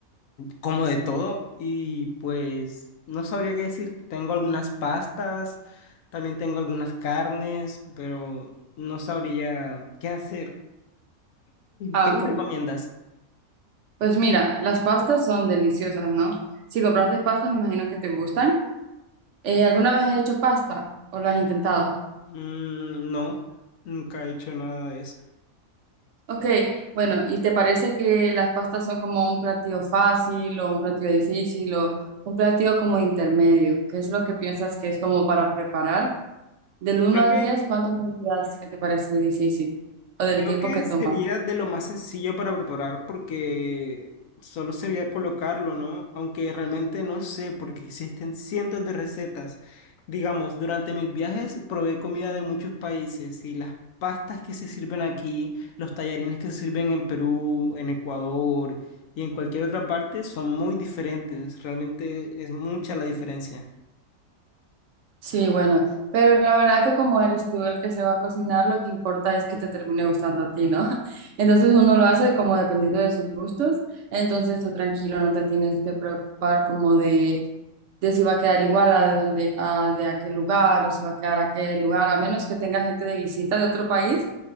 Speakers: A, on the left; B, on the right.
A: como de todo y pues no sabría qué decir. Tengo algunas pastas, también tengo algunas carnes, pero no sabría qué hacer.
B: Ah,
A: ¿Qué me
B: ok.
A: recomiendas?
B: Pues mira, las pastas son deliciosas, ¿no? Si compraste pastas, me imagino que te gustan. Eh, ¿alguna vez has hecho pasta o lo has intentado?
A: Mm, no, nunca he hecho nada de eso.
B: Ok, bueno, ¿y te parece que las pastas son como un platillo fácil o un platillo difícil o un platillo como intermedio? ¿Qué es lo que piensas que es como para preparar? Del uno
A: Creo
B: al
A: que,
B: 10, ¿cuánto me dirías que te parece de difícil o del
A: creo
B: tiempo
A: que
B: que toma?
A: sería de lo más sencillo para preparar porque solo sería colocarlo, ¿no? Aunque realmente no sé porque existen cientos de recetas. Digamos, durante mis viajes probé comida de muchos países y las pastas que se sirven aquí, los tallarines que se sirven en Perú, en Ecuador y en cualquier otra parte son muy diferentes. Realmente es mucha la diferencia.
B: Sí, bueno, pero la verdad que como eres tú el que se va a cocinar, lo que importa es que te termine gustando a ti, ¿no? <laughs> Entonces uno lo hace como dependiendo de sus gustos, entonces tú tranquilo, no te tienes que preocupar como de, de si va a quedar igual a de, donde, a de aquel lugar o si va a quedar aquel lugar, a menos que tenga gente de visita de otro país